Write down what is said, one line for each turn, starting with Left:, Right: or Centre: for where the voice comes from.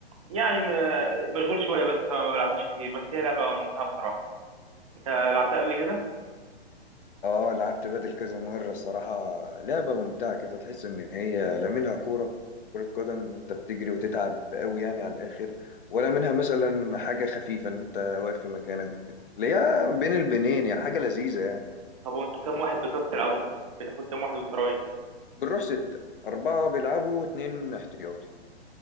Right: يعني م- مشغول شويه بس فما بلعبهاش كتير بس هي لعبه ممتعه بصراحه انت لعبتها قبل كده
Left: اه لعبت بدل كذا مرة الصراحة لعبة ممتعة كده تحس إن هي لا منها كورة كرة قدم إن أنت بتجري وتتعب قوي يعني على الآخر ولا منها مثلا حاجة خفيفة إن أنت واقف في مكانك وكده اللي هي بين البنين يعني حاجة لذيذة يعني
Right: طب وانتوا كام واحد بتروحوا تلعبوا بتاخد كام واحد وترايح
Left: بنروح ستة أربعة بيلعبوا واتنين احتياطي